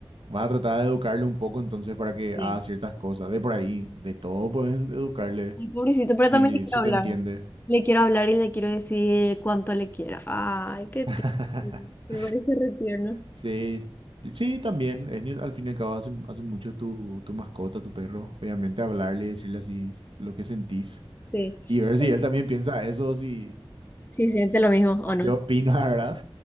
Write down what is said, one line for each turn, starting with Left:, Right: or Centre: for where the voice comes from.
Right: Vas a tratar de educarle un poco entonces para que
Left: Sí.
Right: haga ciertas cosas, de por ahí, de todo puedes educarle,
Left: Ay, pobrecito, pero
Right: si,
Left: también
Right: le-
Left: le quiero
Right: si
Left: hablar.
Right: te entiende.
Left: Le quiero hablar y le quiero decir cuánto le quiero. Ay, qué
Right: <laughs>
Left: tierno. Me parece re tierno.
Right: Sí, sí, también. Es, ni- al fin y al cabo, hace, hace mucho tu, tu mascota, tu perro. Obviamente, hablarle, decirle así lo que sentís
Left: Sí.
Right: y ver
Left: O sea,
Right: si él también piensa eso, si,
Left: sí, siente lo mismo, ¿o
Right: o
Left: no?
Right: qué opina, <laughs> ¿verdad?